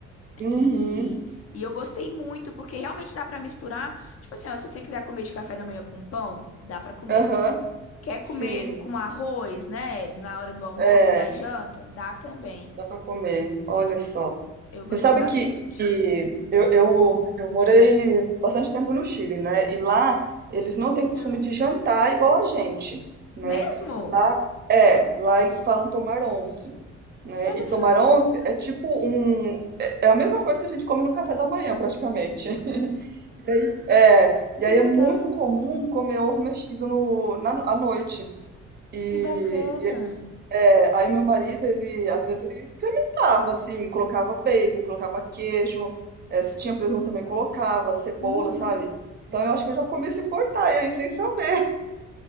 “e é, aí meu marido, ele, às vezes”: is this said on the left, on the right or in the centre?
Right